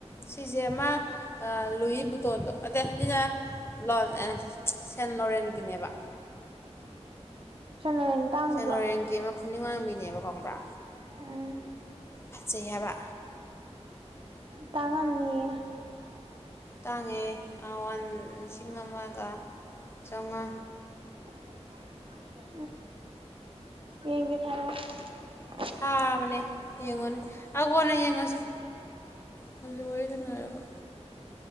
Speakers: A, on the left; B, on the right.
A: ꯁꯤꯁꯦ ꯑꯃ ꯑ ꯂꯨꯏ ꯕꯨꯇꯣꯟꯗꯣ ꯑꯗ ꯁꯤꯅ ꯂꯣꯟ ꯑꯦ ꯁꯦꯟ ꯂꯣꯔꯦꯟꯒꯤꯅꯦꯕ
B: <unintelligible> ꯇꯥꯡꯗꯔꯣ
A: ꯁꯦꯟ ꯂꯣꯔꯦꯟꯒꯤ ꯑꯃ ꯈꯨꯅꯤꯡ ꯋꯥꯡꯕꯤꯅꯦꯕꯀꯣ ꯈꯪꯕ꯭ꯔꯥ
B: ꯎꯝ
A: ꯐꯖꯩ ꯍꯥꯏꯕ
B: ꯇꯥꯡꯉꯝꯅꯤꯌꯦ
A: ꯇꯥꯡꯉꯦ ꯋꯥꯟ ꯂꯤꯁꯤꯡ ꯑꯃꯒ ꯆꯥꯝꯃꯉꯥ
B: <inaudible> ꯌꯦꯒꯦ ꯊꯥꯔꯛꯑꯣ
A: ꯊꯥꯕꯅꯦ ꯌꯦꯡꯉꯨꯅꯦ ꯑ ꯀꯣꯟꯅ ꯌꯦꯡꯉꯁꯤ ꯍꯧꯖꯤꯛ ꯋꯥꯔꯤ ꯁꯥꯟꯅꯔꯒ